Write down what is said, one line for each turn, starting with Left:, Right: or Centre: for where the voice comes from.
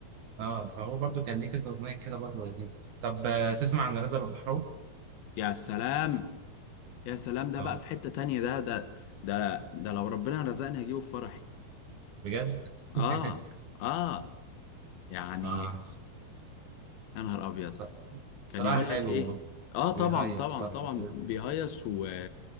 Right: اه فهو برضو كان ليه كذا اغنيه كده برضو لذيذه طب آه، تسمع عن رضا البحراوي
Left: يا سلام يا سلام ده
Right: اه
Left: بقى في حتة تانية ده ده ده ده لو ربنا رزقني هجيبه في فرحي
Right: بجد
Left: اه
Right: <laughs>
Left: اه يعني
Right: اه
Left: يا نهار ابيض
Right: ص-
Left: كان
Right: صراحه
Left: يقول
Right: حلو
Left: لك ايه اه طبعا
Right: بيهيص
Left: طبعا
Right: برضو
Left: طبعا
Right: كده.
Left: بيهيص و...